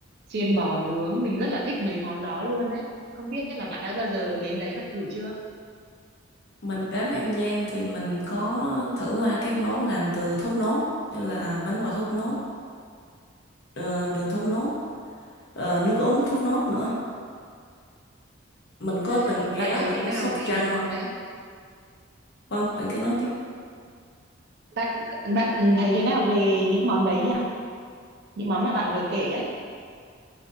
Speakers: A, on the right; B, on the left.
A: xiên bò nướng. Mình rất là thích mấy món đó luôn đấy. Không biết là bạn đã bao giờ đến đấy và thử chưa?
B: mình đến An Giang thì mình có thử qua các món làm từ thốt nốt như là bánh bò thốt nốt ờ, đường thốt nốt ờ, nước uống thốt nốt nữa mình có
A: À,
B: từng ghé
A: bạn thấy
B: tỉnh
A: thế nào
B: Sóc
A: về
B: Trăng
A: những món đấy?
B: vâng bạn cứ nói tiếp
A: Bạn bạn thấy thế nào về những món đấy nhỉ? Những món mà bạn vừa kể ấy.